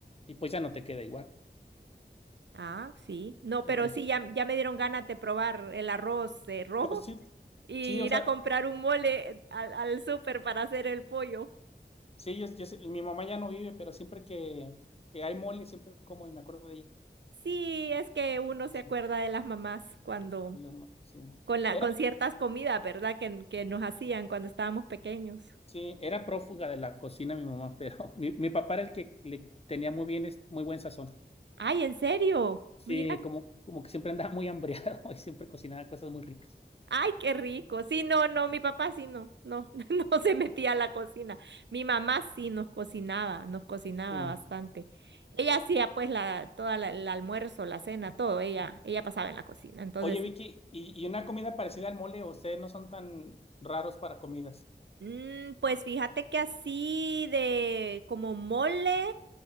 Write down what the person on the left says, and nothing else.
y pues ya no te queda igual.
Entonces,
pero sí,
sí, o
sea,
sí, yo, yo sé- mi mamá ya no vive, pero siempre que, que hay mole, siempre como y me acuerdo de ella.
Pues,
sí,
es lo- sí.
Era
Sí, era prófuga de la cocina mi mamá, pero <laughs> mi, mi papá era el que le tenía muy bien, es- muy buen sazón.
Sí,
como, como que siempre andaba muy hambriado <laughs> y siempre cocinaba cosas muy ricas.
Sí.
Oye,
Vicky, ¿y, y una comida parecida al mole? ¿O ustedes no son tan raros para comidas?